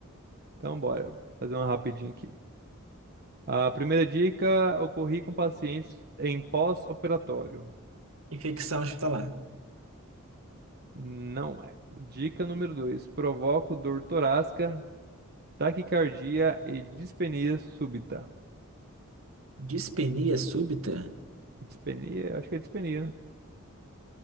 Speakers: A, on the right; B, on the right.
A: Então, bora. Fazer uma rapidinha aqui. A primeira dica: ocorri com pacientes em pós-operatório.
B: Infecção hospitalar.
A: Não é. Dica número 2: Provoca dor torácica, taquicardia e dispenia súbita.
B: Dispenia
A: Dis-
B: súbita,
A: Dispenia, acho que é dispenia, né?